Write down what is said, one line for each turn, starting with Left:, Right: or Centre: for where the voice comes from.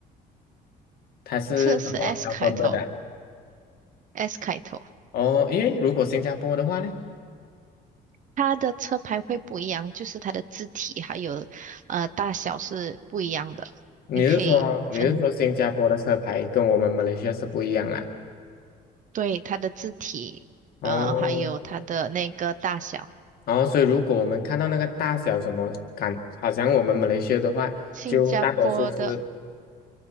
Left: 它是什么
Right: 这是 S
Left: alphabet
Right: 开头
Left: 的啊？
Right: ，S 开头。
Left: 哦，因为如果新加坡的话呢，
Right: 它的车牌会不一样，就是它的字体还有呃大小是不一样的，
Left: 你是说你是说新加坡的车牌跟我们马来西亚是不一样啊？
Right: 你可以分，对，它的字体，
Left: 哦，
Right: 呃，还有它的那个大小。
Left: 然后所以如果我们看到那个大小什么感，好像我们马来西亚的话，
Right: 新加坡的，
Left: 就大多数是。